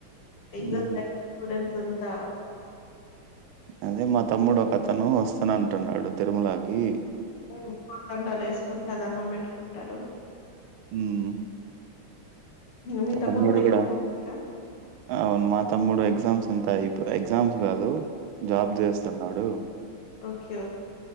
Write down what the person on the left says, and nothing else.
పిజ్జా
<unintelligible> ఇదంతా
పొర్లు దండాలు ఎసుకుంట దడం పెట్ ఉంటారు
మీ
తమ్ముడు
కూడా ఎక్కవ
తిడ
ఓకే